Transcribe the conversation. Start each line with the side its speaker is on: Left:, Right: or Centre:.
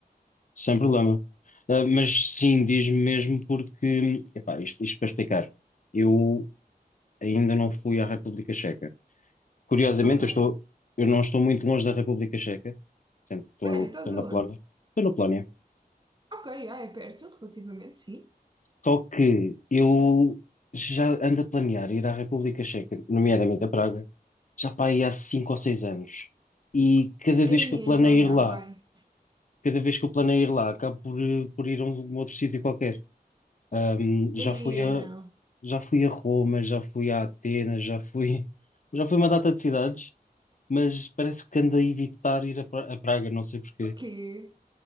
Left: sem problema. Ah, mas sim, diz-me mesmo porque, epá, isto, isto para explicar, eu ainda não fui à República Checa. Curiosamente,
Right: Ok.
Left: eu estou, eu não estou muito longe da República Checa, sempre estou,
Right: Sério, estás
Left: estou
Right: aonde?
Left: na Polónia. Estou na Polónia.
Right: Ok, ah, é perto, relativamente, sim.
Left: Só que eu já ando a planear ir à República Checa, nomeadamente a Praga, já para aí há cinco ou seis anos. E cada vez
Right: Aí
Left: que eu planeio
Right: então, já
Left: ir lá,
Right: vai.
Left: cada vez que eu planeio ir lá, acabo por, eh, por ir a um um outro sítio qualquer. Ahm, já
Right: Aí
Left: fui a,
Right: não.
Left: já fui a Roma, já fui a Atenas, já fui, <laughs> já fui a uma data de cidades, mas parece que ando a evitar ir a, Pra- a Praga, não sei porquê.
Right: Porque.